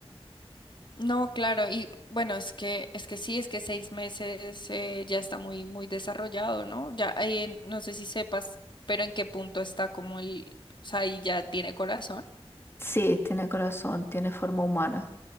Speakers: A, on the left; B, on the left.
A: No, claro, y bueno, es que, es que sí, es que seis meses eh, ya está muy, muy desarrollado, ¿no? Ya, eh, no sé si sepas, pero en qué punto está como el, o sea, ahí ya tiene corazón.
B: Sí, tiene corazón, tiene forma humana,